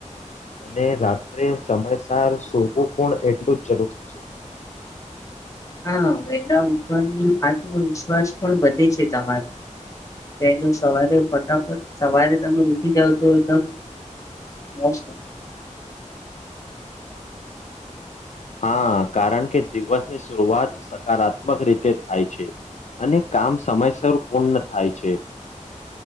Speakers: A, on the left; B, on the left.
A: અને રાત્રે સમયસર સોવું પણ એટલું જ જરૂરી છે
B: હા વેલા ઉપરની આત્મવિશ્વાસ પણ વધે છે તમારો પહેલ સવારે ફટાફટ સવારે તમે વસી ગાવ તો એકદમ મોસમ
A: હા કારણ કે દિવસની શરૂઆત સકારાત્મક રીતે થાય છે અને કામ સમયસર પૂર્ણ થાય છે